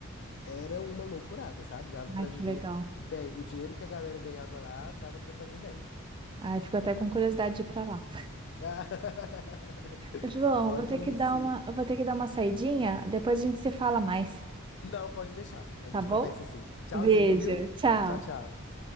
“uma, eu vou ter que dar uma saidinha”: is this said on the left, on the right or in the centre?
Right